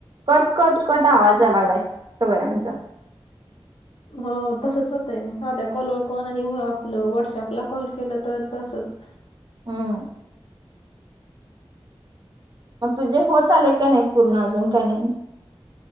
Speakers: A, on the right; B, on the left.
A: कट कट कट आवाज यायला लागलाय सगळ्यांचा.
B: हो तसंच होत आहे साध्या कॉलवर पण आणि आपलं व्हॉट्सअपला कॉल केलं तर तसंच.
A: हम. तुझे होत आले का नाही पूर्ण का नाही?